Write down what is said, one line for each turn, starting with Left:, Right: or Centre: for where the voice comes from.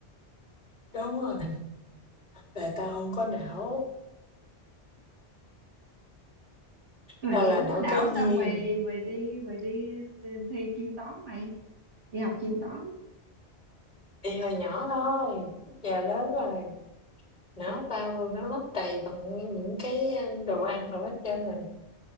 Left: Đúng rồi. Là tao không có não,
Right: mày
Left: tao là
Right: không
Left: não
Right: có não
Left: cái duyên,
Right: sao mày mày đi mày đi ừ, thi chuyên toán mày đi học chuyên toán
Left: y hồi nhỏ thôi, giờ lớn rồi, não
Right: <laughs>
Left: tao nó lấp đầy bằng những cái, a, đồ ăn rồi hết trơn rồi.